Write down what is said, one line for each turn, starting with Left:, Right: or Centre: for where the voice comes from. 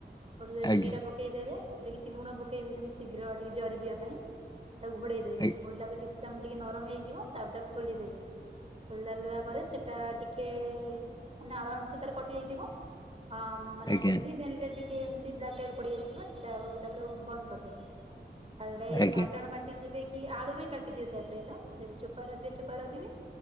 Right: ଆଉ ଦେବେନୀ
Left: ଆଜ୍ଞା।
Right: ଏଇଟା ପକେଇଦେବେ ସେଥିରେ କିଛି ଲୁଣ ପକେଇବେ ଯେମିତି ଶୀଘ୍ର ଟିକେ ଜରିଯିବା ପାଇଁ। ତାକୁ ଘୋଡ଼େଇ ଦେବେ
Left: ଆ
Right: ଘୋଡିଲା ପରେ କିଛି ସମୟ ଟିକେ ନରମ ହେଇଯିବ। ତାପରେ ତାକୁ ଖୋଲିଦେବେ ଖୋଲିଦେଲା ପରେ ସେଟା ଟିକେ ନାଳ ଅଂଷ ତାର କଟି ଯାଇଥିବ ହଁ ମାନେ
Left: ଆଜ୍ଞା
Right: ଯେମିତି ଭେଣ୍ଡି ଟା‌ ଟିକେ ଏମିତି ବ୍ଲାକ ଟାଇପିର ପଡ଼ିଆସିବ ସେଟା ଆଉ ତାପରେ ବନ୍ଦକରି ଦେବେ ଆଉ ଏଟା ଏଇବାଟଣ
Left: ଆଜ୍ଞା
Right: ବାଟ କାଟିଥିବେ କି ଆଳୁ ବି କାଟିଥିବେ ତା ସହିତ ଯଦି ଚୋପା ରଖିବେ ଚୋପା ରଖିବେ।